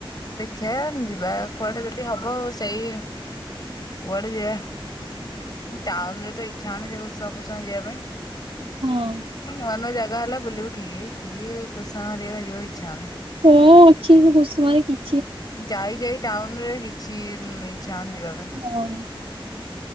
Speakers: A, on the left; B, on the right.
A: ଦେଖିବା ଯିବା କୁଆଡେ ଯଦି ହବ ଆ ସେଇ କୁଆଡେ ଯିବା ଟାଉନ୍ ରେ ତଇ ଇଛା ହଉନି ସେଇ କୁସୁମା ଫୁସୁମା ଯିବା
B: ହଁ
A: ପାଇଁ ନୂଆ ନୂଆ ଜାଗା ହେଲା ବୁଲିବୁ। ଠିକ କିଏ ପୋଷା ମାରିବ ଯିବା କୁ ଇଛା ନାହିଁ।
B: କଣ ଅଛି ସେ କୁସୁମାରେ କି?
A: ଯାଇ ଯାଇ ଟାଉନ ରେ କିଛି ଇଚ୍ଛା ହଉନି ଯିବା ପାଇଁ।
B: ହଁ।